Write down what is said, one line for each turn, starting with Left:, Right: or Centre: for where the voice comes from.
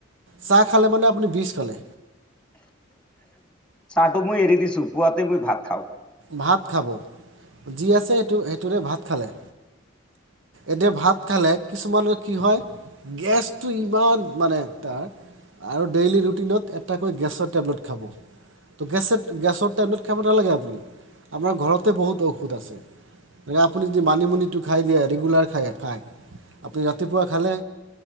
Right: চাহ খালে মানে আপুনি বিজ খালে।
Centre: চাহটো মই এৰি দিছো, পুৱাতে মই ভাত খাওঁ।
Right: ভাত খাব, যি আছে সটো-সেইটোৰে ভাত খালে। এতিয়া ভাত খালে, কিছুমানৰ কি হয় গেছটো, ইমান মানে তাৰ। আৰু ডেইলী ৰুটিনত, এটাকৈ গেছৰ টেবলেট খাব। ত' গেছে, গেছৰ টেবলেট খাব নালাগে আপুনি। আমাৰ ঘৰতে বহুত ঔষধ আছে। আপুনি যদি মানিমুনিটো খাই দিয়ে, ৰেগুলাৰ খায়-খায়। আপুনি ৰাতিপুৱা খালে,